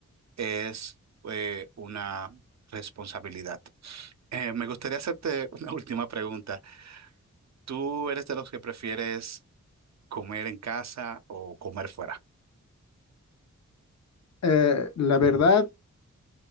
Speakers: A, on the right; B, on the left.
A: es eh, una responsabilidad. Eh, me gustaría hacerte una <laughs> última pregunta. ¿Tú eres de los que prefieres comer en casa o comer fuera?
B: Eh, la verdad,